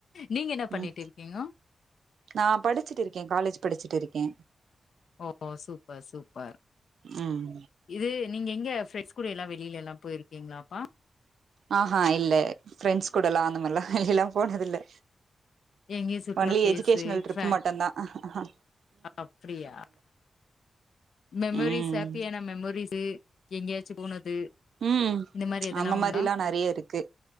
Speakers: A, on the left (about 80°); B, on the right (about 85°).
A: நீங்க என்ன பண்ணிட்டு
B: ம்
A: இருக்கீங்கோ?
B: நா படுச்சுட்டு இருக்கே காலேஜ் படுச்சுட்டு இருக்கே
A: ஓ சூப்பர் சூப்பர்
B: ம்
A: இது நீங்க எங்க ஃபிரட்ஸ் கூட எல்லா வெளிலெல்லா போயிருக்கீங்ளாப்பா?
B: ஆஹா இல்ல ஃபிரெண்ட்ஸ் கூடல்லா அந்தமார்லா வெளியெல்லா போனதில்ல
A: எங்கயு சுற்றுலா
B: ஒன்லி
A: பிளேஸு
B: எஜுகேஷ்னல் ட்ரிப்பு
A: ஃப
B: மட்டுந்தா அஹா
A: அப்டியா மெமரிஸ்
B: ம்
A: ஹாப்பியான மெமரிஸு எங்யாச்சு போனது
B: ம்
A: இந்த மாரி எதனா
B: அந்த
A: உண்டா
B: மாரில்லா நறைய இருக்கு